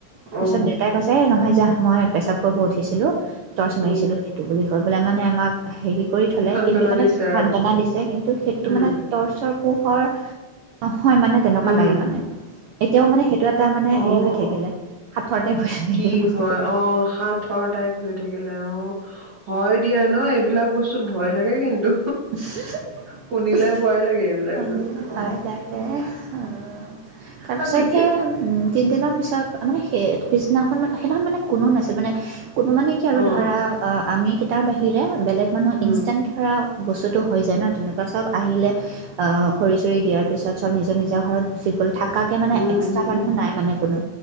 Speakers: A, on the right; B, on the right.
A: তাৰপিছত
B: অহ
A: দেউতাই কৈছে এ নহয় যাহ মই পেচাপ কৰিব উঠিছিলোঁ। টৰ্চ মাৰিছিলোঁ
B: অহ
A: সেইটো বুলি কৈ পেলাই মানে আমাক হেৰি কৰি থলে
B: সান্তনা
A: কিন্তু মানে
B: দিছে
A: সান্ত্বনা
B: আৰু
A: দিছে কিন্তু সেইটো
B: উম
A: মানে টৰ্চৰ পোহৰ নহয় মানে তেনেকুৱা
B: উম
A: লাগে মানে। এতিয়াও মানে সেইটো এটা মানে
B: অ',
A: হেৰি হৈ থাকিলে সাঁথৰ টাইপ হৈ থাকিলে
B: কি
A: বস্তুটো
B: হয় অঁ সাথৰ টাইপ হৈ থাকিলে অঁ হয় দি <unintelligible> ন' এইবিলাক বস্তু ভয় লাগে কিন্তু।
A: <unintelligible>
B: শুনিলে ভয় লাগে এইবিলাক
A: শুনিও
B: বস্তু
A: ভয়
B: অ'।
A: লাগে উম। তাৰপিছত
B: আৰু কেতিয়া
A: সেই উম! তিনিদিনৰ পিছত মানে সেই পিছদিনাখন মানে, সেইদিনাখন মানে কোনো নাছিল মানে। কোনো মানে কি আৰু
B: অ',
A: ধৰা, আমি কেইটাৰ বাহিৰে বেলেগ মানুহ
B: উম,
A: ইনষ্টেণ্ট ধৰা বস্তুটো হৈ যায় ন তেনেকুৱা চব আহিলে অ! খৰি-চৰি দিয়াৰ পিছত চব নিজৰ-নিজৰ ঘৰত গুচি গ'ল, থাকাকে মানে
B: উম,
A: এক্সট্ৰা
B: উম,
A: মানুহ
B: উম।
A: নাই মানে কোনো।